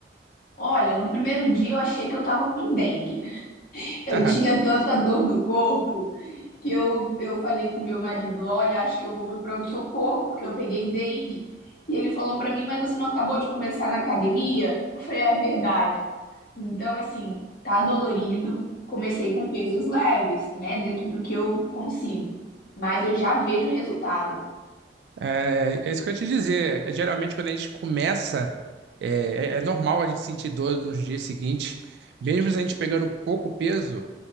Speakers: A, on the left (about 55°); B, on the right (about 65°).
A: Olha, no primeiro dia eu achei que eu estava com dengue. <laughs> Eu
B: <laughs>
A: tinha tanta dor no corpo que eu, eu falei com meu marido, olha, acho que eu vou pro pronto-socorro, porque eu peguei dengue. E ele falou pra mim, mas você não acabou de começar na academia? Eu falei, é verdade. Então, assim, tá dolorido. Comecei com pesos leves, né? Dentro do que eu consigo. Mas eu já vejo resultado.
B: É, é isso que eu ia te dizer. É, Geralmente, quando a gente começa, é, é- é normal a gente sentir dor nos dias seguintes. Mesmo se a gente pegando pouco peso,